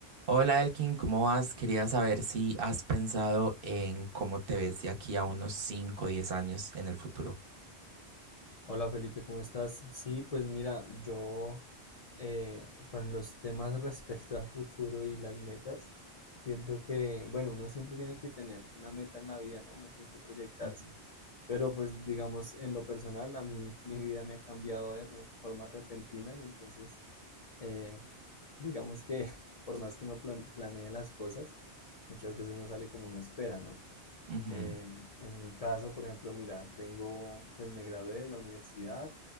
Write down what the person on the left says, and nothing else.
Hola Felipe, ¿cómo estás? Sí, pues mira, yo eh, con los temas <laughs> respecto al futuro y las metas, siento que, bueno, uno siempre tiene que tener una meta en la vida, ¿no? Uno tiene que proyectarse.
Pero pues digamos, en lo personal, a mí <laughs> mi vida me ha cambiado de re- formas repentinas, entonces, eh, digamos que <laughs> por más que uno plan- planee las cosas, muchas veces no sale como uno espera, ¿no?
Eh, en mi caso, por ejemplo, mira, tengo, pues me gradué de la universidad